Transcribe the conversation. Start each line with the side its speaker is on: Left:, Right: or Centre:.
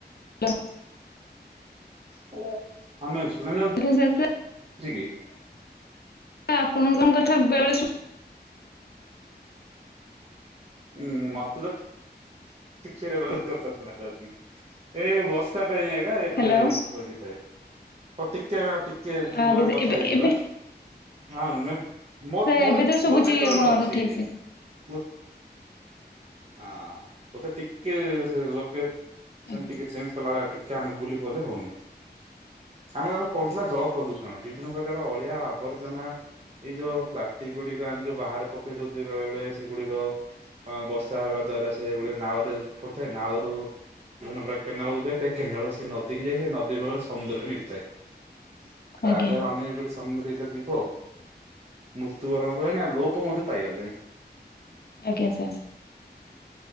Left: ହଲୋ
Right: ହେଲୋ।
Left: <unintelligible>
Right: ଚି କି
Left: ସାର୍ ଆପଣଙ୍କ କଥା ବେଳେ ଶୁ
Right: ଉଁ, ମୋତେ ତ କିଛି <inaudible> କଥା ଶୁଣା ଯାଉଚି ନା। ଏ ବସ ତା ପାଇଁ ଏକା ଏପଟେ
Left: ହ୍ୟାଲୋ
Right: ଏ ହଉ ଛେରି ଥାଏ। ଓ ଟିକେ ନା ଟିକ କେ ତୁମ
Left: ଆଜ୍ଞା
Right: ପାଖରେ କଥା
Left: ଏବେ
Right: ହେଇଯିବା।
Left: ଏବେ
Right: ହଁ ମେ- ମୋରତ
Left: ସାର୍
Right: ମୋର
Left: ଏବେ
Right: ନେ-
Left: ତ ଶୁଭୁଛି
Right: ମୋର ନେଟୱାର୍କ
Left: ଆପଣଙ୍କ
Right: ଅଛି
Left: କଥା ଠିକ
Right: ଏଠି।
Left: ସେ
Right: ମୋ ହଁ ବୋଧେ ଟିକେ ସେ ଲୋକେସନ୍
Left: ଆଜ୍ଞା
Right: ଟିକେ ଚେଞ୍ଜ କଲାବେଳେ ଟି କେ ଆମେ ବୁଲି ପଇଲେ ହଉନି। ଆମର ଏବେ ପଡିଥିଲା ଜଳ ପ୍ରଦୂଷ ଷଣ ବିଭିନ୍ନ ପ୍ରକାର ଅଳିଆ ଆବର୍ଜନା ଏଇ ଯୋଉ ପ୍ଲାଷ୍ଟିକ୍ ଗୁଡିକ ଆମେ ଯୋଉ ବାହାରେ ପକେଇ ଦଉଚେ ବେଳେବେଳେ ସେଗୁଡିକ ଅଁ, ବର୍ଷା ହେବା ଦ୍ଵାରା ସେ ଗୁଡିକ ନାଳ ରେ ପଡିଥାଏ। ନାଳରୁ ବିଭିନ୍ନ ପ୍ରକାର କେନାଳ କୁ ଯଇଥାଏ। କେନାଳ ରୁ ସେ ନଦୀ କି ଯାଇଥାଏ। ନଦୀ ଜଳ ସମୁଦ୍ରରେ ମିଶିଥାଏ। ତା
Left: ଆଜ୍ଞା
Right: ଦ୍ଵାରା ଆମେ ଗୋଟେ ସ ସମୁନ୍ଦ୍ରିକ ଜୀବ ମୃତ୍ୟୁବରଣ କଲେଣି, ଆଉ ଲୋପ ମଧ୍ୟ ପାଇଗଲେଣି।
Left: ଆଜ୍ଞା ସାର୍।